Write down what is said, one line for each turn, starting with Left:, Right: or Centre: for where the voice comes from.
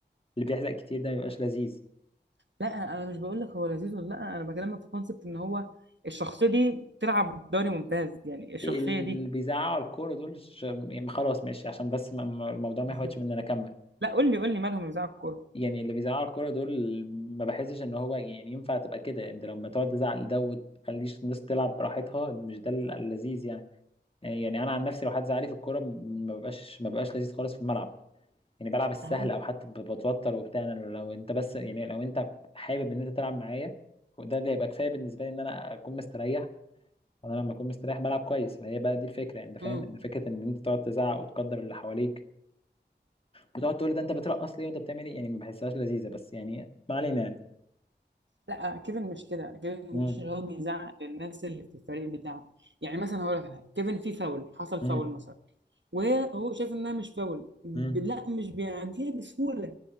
Left: بيحزق كتير ده ما بيبقاش لذيذ
Right: لا انا انا مش بقول لك هو لذيذ ولا لا انا بكلمك في كونسبت ان هو الشخصيه دي تلعب دوري ممتاز يعني الشخصيه
Left: إيه اللي
Right: دي
Left: بيزعقوا على الكورة دول ش- يعني خلاص ماشي عشان بس ما- ما- الموضوع ما
Right: <laughs>
Left: يحاولش من إن أنا أكمل
Right: لا قول لي قول لي مالهم يزعق الكوره
Left: يعني اللي بيزعقوا على الكورة دول ما بحسش إن هو يعني ينفع تبقى كده يعني أنت لما تقعد تزعق لده وتخليش الناس تلعب براحتها مش ده اللذيذ يعني يعني أنا عن نفسي لو حد زعق لي في الكورة ما ببقاش ما ببقاش لذيذ خالص في الملعب يعني بلعب السهل
Right: هو
Left: او حتى ب- بتوتر وبتاع انا لو انت بس يعني لو انت حابب ان انت تلعب معايا وده ده يبقى كفايه بالنسبه لي ان انا اكون مستريح وانا لما اكون مستريح بلعب كويس وهي بقى دي الفكره انت فاهم
Right: امم
Left: ان فكره ان انت تقعد تزعق وتقدر اللي حواليك وتقعد تقول ده انت بترقص ليه وانت بتعمل ايه يعني ما بحسهاش لذيذه بس يعني ما علينا يعني
Right: لا كيفن مش كده كيفن
Left: امم
Right: مش اللي هو بيزعق للناس اللي في الفريق بتاعه يعني مثلا هقول لك على حاجه كيفن في فاول حصل
Left: امم
Right: فاول مثلا وهو شايف انها مش فاول ب-
Left: امم
Right: لا مش بيعديها بسهوله